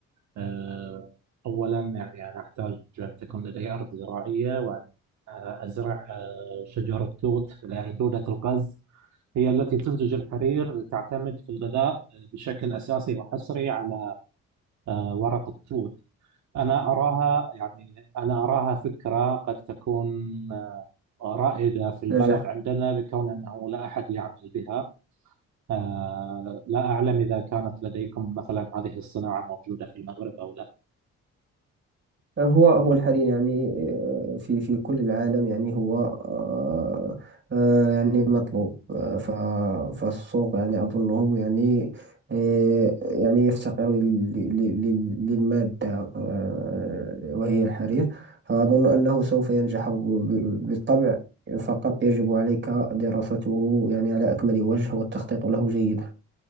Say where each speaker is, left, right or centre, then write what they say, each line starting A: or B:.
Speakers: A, on the right; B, on the right.
A: آه، أولا يعني أنا أحتاج أن تكون لدي أرض زراعية وأن آه، أزرع آه، شجر التوت لأن دودة القز هي التي تنتج الحرير تعتمد في الغذاء بشكل أساسي وحصري على آه، ورق التوت أنا أراها يعني أنا أراها فكرة قد تكون آه، رائدة في البلد
B: نجح
A: عندنا لكون أنه لا أحد يعمل بها آه، لا أعلم إذا كانت لديكم مثلا هذه الصناعة موجودة في المغرب أو لا
B: هو هو الحريم يعني آه، في في كل العالم يعني هو آه، آه، يعني مطلوب آه، ف- فالسوق يعني أظنه يعني آه، يعني يفتقر لل- لل- لل- للمادة آه، وهي الحرير فأظن أنه سوف ينجح ب- ب- بالطبع فقط يجب عليك دراسته يعني على أكمل وجه والتخطيط له جيدا